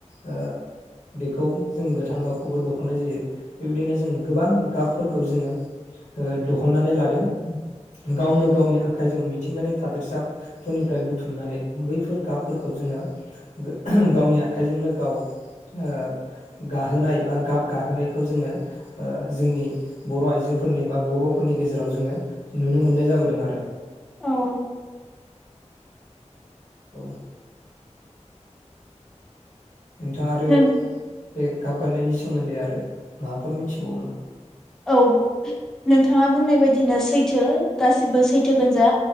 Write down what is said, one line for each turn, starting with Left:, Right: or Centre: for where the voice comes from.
Left: ओ बेखौ जों गोथां गाबखौबो दहननाय जायो बेबायदिनो जों गोबां गाबफोरखौ जोङो ओ दहननानै लादों गावनो गावनि आखाइजों मिथिंगानि थादेरसाफोरनिफ्राय बुथुमनानै बैफोर गाबफोरखौ जोङो गो गावनि आखाइजोंनो गाव ओ गाहोनाय बा गाब गाहोनायखौ जोंङो ओ जोंनि बर आइजोफोरनि बा बरफोरनि गेजेराव जोङो नुनो मोननाय जाबोदों आरो
Centre: औ
Left: औ नोंथाङा आरो
Centre: नों
Left: बे गाब <unintelligible> सोमोन्दै आरो माबाफोर मिथिबावो नामा?
Centre: औ नोंथाङा बुंनाय बायदिनो सैथो गासिबो सैथोगोनजा